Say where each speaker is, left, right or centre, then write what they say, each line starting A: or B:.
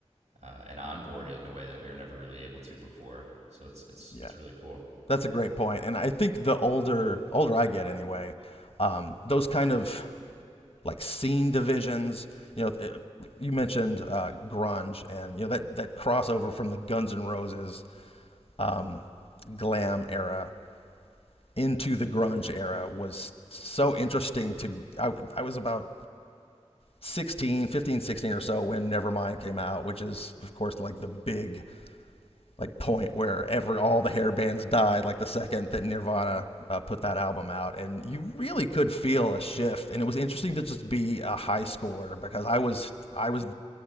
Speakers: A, on the right; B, on the left.
A: uh, and onboard it in a way that we were never really able to before. So it's it's
B: Yeah,
A: it's really cool.
B: that's a great point. And I think the older older I get, anyway, um, those kind of like scene divisions. You know, it- you mentioned uh, grunge, and you know that that crossover from the Guns N' Roses um, glam era into the grunge era was so interesting. To I, I was about 16, 15, 16 or so when Nevermind came out, which is of course like the big like point where every all the hair bands died like the second that Nirvana uh, put that album out and you really could feel a shift and it was interesting to just be a high schooler because I was I was